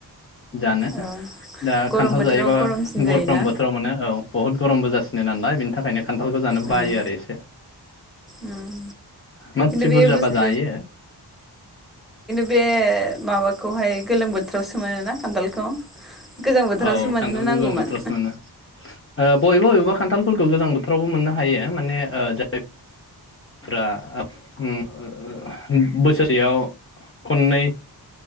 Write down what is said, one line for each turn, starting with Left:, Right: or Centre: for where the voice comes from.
Left: जानो
Centre: अ
Left: दा
Centre: गरम
Left: खान्थाल
Centre: बोथोराव
Left: जायोबा
Centre: गरमसिन जायोना
Left: गरम बोथोराव मोनो औ बहुत गरमबो जासि नालाय बेनि थाखायनो खान्थालखौ जानो
Centre: उम
Left: बायो आरो एसे
Centre: उम
Left: मानसि
Centre: बे
Left: बुरजाबा
Centre: बस्तु
Left: जायो
Centre: बे माबाखौहाय गोलोम बोथोरावसो मोनोना खान्थालखौ गोजां बोथोरावसो
Left: औ
Centre: मोननो
Left: खान्थालखौ
Centre: नांगौमोन
Left: मोनो। ओ बबेबा बबेबा खान्थालफोरखौ गोजां बोथोरावबो मोननो हायो माने जे फ्रा ओ ओ बोसोरसेयाव खननै